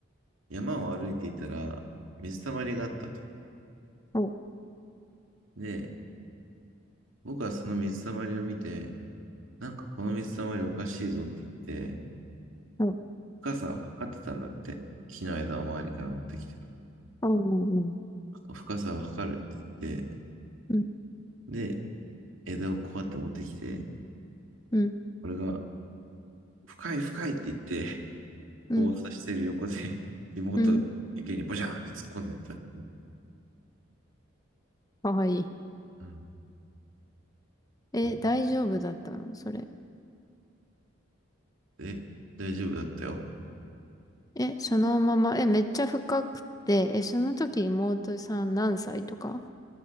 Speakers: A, on the right; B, on the left.
A: 山を歩いていたら、水たまりがあったと。
B: お、
A: で、僕はその水たまりを見て、なんかこの水たまりおかしいぞって言って、
B: お、
A: 深さを測ってたんだって。木の枝を周りから持ってきて。
B: お、うん、
A: 深さを測るって言って、
B: うん、
A: で、枝をこうやって持ってきて、
B: うん、
A: 俺が、深い深いって言って、
B: うん、
A: 棒を刺してる横で、妹が池にボジャーンって突っ込んでいったっていう。
B: うん。かわいい。
A: うん
B: え、
A: そう
B: 大丈夫だったのそれ。
A: え、大丈夫だったよ。
B: え、そのまま、え、めっちゃ深くて、え、その時妹さん何歳とか